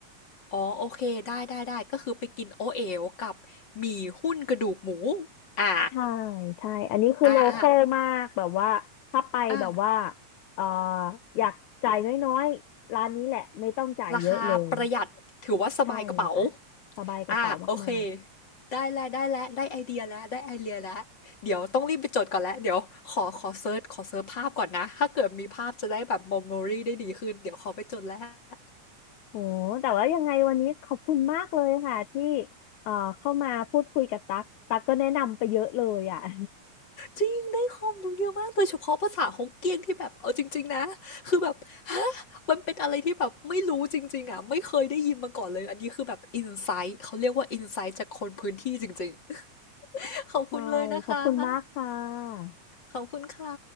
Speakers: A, on the left; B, on the left.
A: อ๋อโอเคได้ได้ได้ก็คือไปกินโอเอวกับหมี่หุ้นกระดูกหมูอ่า
B: ใช่ใช่อันนี้คือโลคอลมากแบบว่าถ้าไปแบบว่า
A: อ่าอ่าอ่า
B: เอ่ออยากจ่ายน้อยๆร้านนี้แหละไม่ต้องจ่ายเยอะเลย
A: ราคาประหยัดถือว่าสบายกระเป๋า
B: ใช่ค่ะสบายกระเป๋ามาก
A: อ่าโอเคได้แล้วได้แล้วได้ไอเดียแล้วได้ไอเดียแล้วเดี๋ยวต้องรีบไปจดก่อนแล้วเดี๋ยวขอขอเซิร์ชขอเซิร์ชภาพก่อนนะถ้าเกิดมีภาพจะได้แบบ memory ได้ดีขึ้นเดี๋ยวขอไปจดแล้ว
B: โหแต่ว่ายังไงวันนี้ขอบคุณมากเลยค่ะที่เอ่อเข้ามาพูดคุยกับตั๊กตั๊กก็แนะนำไปเยอะเลยอ่ะ <laughs>
A: จริงได้ความรู้เยอะมากโดยเฉพาะภาษาฮกเกี้ยนที่แบบเอาจริงๆนะคือแบบฮะมันเป็นอะไรที่แบบไม่รู้จริงๆอ่ะไม่เคยได้ยินมาก่อนเลยอันนี้คือแบบอินไซต์เขาเรียกว่าอินไซต์จากคนพื้นที่จริงๆ <laughs> ขอบคุณเลยนะคะ
B: ใช่ขอบคุณมากค่ะ
A: ขอบคุณค่ะ